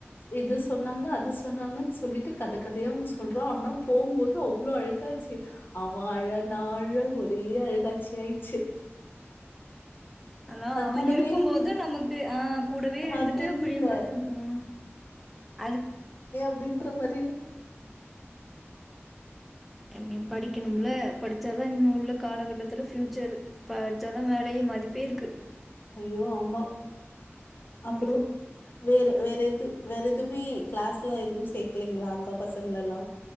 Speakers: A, on the left; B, in the centre.
A: இது சொன்னாங்க அது சொன்னாங்க சொல்லிட்டு கத கதையா வந்து சொல்ரான் ஆனா போகும்போது அவ்வளவு அழகாச்சு அவன் அழ நான் அழ ஒரு பெரிய அழுகாட்சி ஆயிடுச்சு
B: ஆனா
A: அது
B: அவன்
A: கூடவே
B: இருக்கும்
A: இருந்து
B: போது நமக்கு ஹ கூடவே
A: ஆ
B: இருந்துட்டு
A: தெரியல.
B: புரியும்போது ஹ அதுக்
A: அப்படின்ற பச்ச
B: எப்படியும் படிக்கணும்ல படிச்சாதான் இன்னும் உள்ள காலகட்டத்தில ஃபியூச்சர் படிச்சாதான் வேலையே மதிப்பே இருக்கு
A: ஐயோ! ஆமா. அப்புறம்
B: ம்
A: வேற வேற எது வேற எதுவுமே கிளாஸ்ல எதுவும் சேர்க்கலீங்களா அக்கா பசங்கள எல்லாம்